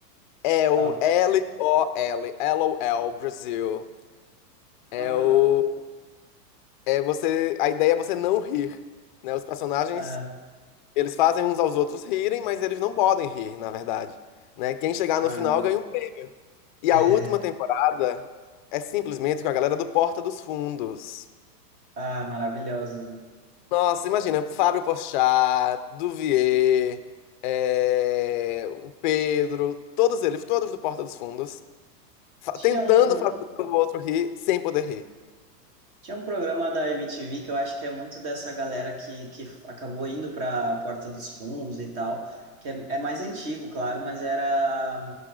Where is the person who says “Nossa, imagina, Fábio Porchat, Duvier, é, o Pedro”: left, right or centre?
Left